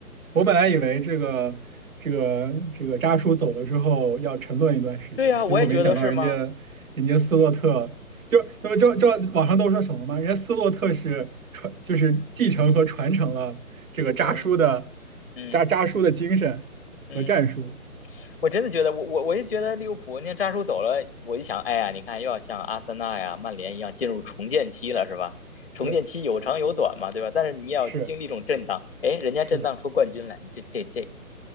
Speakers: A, on the right; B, on the left.
A: 我本来以为这个这个这个扎叔走了之后要沉沦一段时间，
B: 对呀、
A: 结果没想到人家人家斯洛特就那么就就网上都说什么嘛，
B: 我也觉得是吗？
A: 人家斯洛特是传就是继承和传承了这个扎叔的
B: 嗯嗯
A: 扎扎叔的精神和战术。
B: 嗯。我真的觉得，我我我就觉得利物浦，你看扎叔走了，我一想，哎呀，你看又要像阿森纳呀、曼联一样进入重建期了，是吧？重建期有长有短嘛，
A: 对，
B: 对吧？但是你也要经历一种震荡，
A: 是
B: 哎，人家震荡出冠军来，
A: 是的。
B: 你这这这，